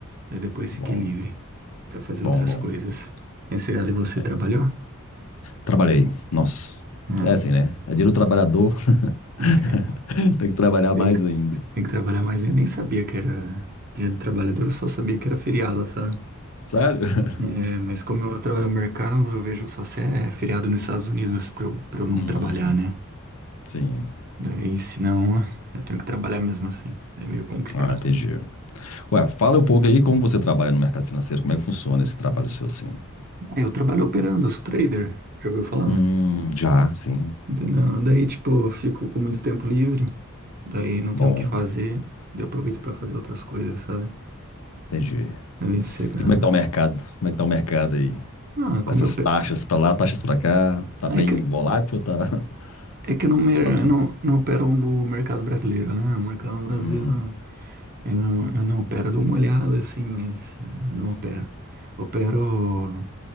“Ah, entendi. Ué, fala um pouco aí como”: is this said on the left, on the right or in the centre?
Left